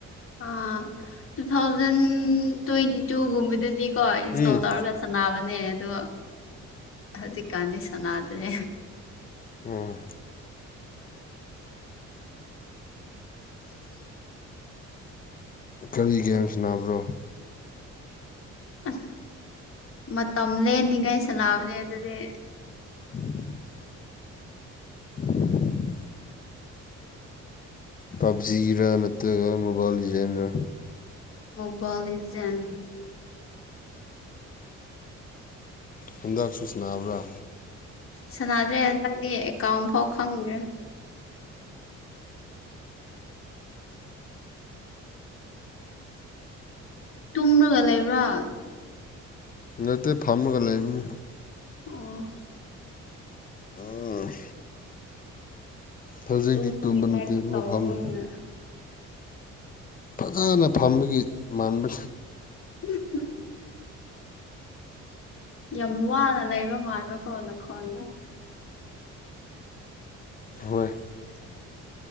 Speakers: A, on the left; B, on the left.
A: ꯑꯥ ꯇꯨ ꯊꯥꯎꯖꯟ ꯇ꯭ꯋꯦꯟꯇꯤ ꯇꯨꯒꯨꯝꯕꯗꯗꯤꯀꯣ ꯏꯟꯁꯇꯣꯜ
B: ꯎꯝ
A: ꯇꯧꯔꯒ ꯁꯥꯟꯅꯕꯅꯦ ꯑꯗꯣ ꯍꯧꯖꯤꯛꯀꯥꯟꯗꯤ ꯁꯥꯟꯅꯗ꯭ꯔꯦ
B: ꯑꯣ
A: <inaudible>
B: ꯀꯔꯤ ꯒꯦꯝꯁ ꯁꯥꯟꯅꯕ꯭ꯔꯣ
A: ꯑꯁ ꯃꯇꯝ ꯂꯦꯟꯂꯤꯉꯩ ꯁꯥꯟꯅꯕꯅꯦ ꯑꯗꯨꯗꯤ
B: <inaudible> <unintelligible> ꯄꯥꯕꯖꯤꯔ ꯅꯠꯇ꯭ꯔꯒ ꯃꯣꯕꯥꯏꯜ ꯂꯤꯖꯦꯜꯔ
A: ꯃꯣꯕꯥꯏꯜ ꯂꯤꯖꯦꯟ
B: ꯍꯟꯗꯛꯁꯨ ꯁꯥꯟꯅꯕ꯭ꯔꯥ
A: ꯁꯥꯟꯅꯗ꯭ꯔꯦ ꯍꯟꯗꯛꯗꯤ ꯑꯦꯀꯥꯎꯟ ꯐꯥꯎ ꯈꯪꯗ꯭ꯔꯦ ꯇꯨꯡꯂꯒ ꯂꯩꯕ꯭ꯔꯥ
B: ꯅꯠꯇꯦ ꯐꯝꯃꯒ ꯂꯩꯕꯅꯤ
A: ꯑꯣ
B: ꯎꯝ ꯍꯧꯖꯤꯛꯇꯤ
A: ꯇꯨꯝꯕꯒꯤ
B: ꯇꯨꯝꯕ
A: ꯇꯥꯏꯞ
B: ꯅꯠꯇꯦ
A: ꯇꯧꯕꯒꯨꯝꯅ
B: ꯃꯐꯝꯂꯦ ꯐꯖꯅ ꯐꯝꯕꯒꯤ ꯃꯥꯟꯕꯅꯦ
A: <unintelligible> ꯌꯥꯝ ꯋꯥꯅ ꯂꯩꯕ ꯃꯥꯟꯕꯀꯣ ꯅꯈꯣꯟꯗꯣ
B: ꯍꯣꯏ
A: <unintelligible>